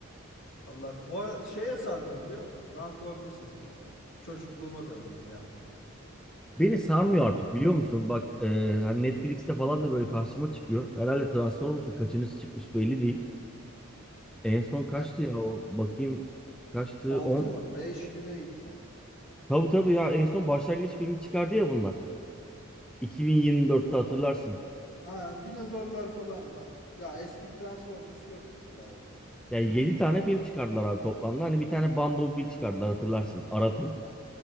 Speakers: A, on the left (about 60°); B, in the centre.
A: Vallahi bu ara şeye sardım biliyor musun? Transformers izliyorum. Çocukluğuma döndüm yani böyle.
B: Beni sarmıyor
A: Ya böyle
B: artık biliyor musun? Bak e, hani Netflix'te falan da böyle karşıma çıkıyor. Herhalde Transformers'ın kaçıncısı çıkmış belli değil. En son kaçtı
A: ya
B: ya o bakayım kaçtı
A: 6
B: on
A: mı 5 mi neydi sanki?
B: Tabii tabii ya en son başlangıç filmi çıkardı ya bunlar. 2024'te hatırlarsın.
A: Aa dinozorlar falan var. Ya eski Transformers yok mesela orada.
B: Ya 7 tane film çıkardılar abi toplamda. Hani bir tane Bumblebee çıkardılar hatırlarsın. Ara film.
A: Ay